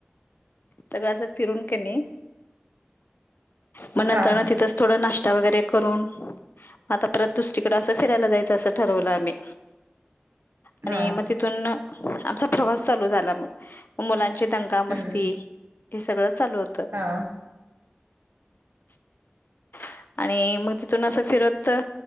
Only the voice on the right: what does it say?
हा
हा
हम्म
हा!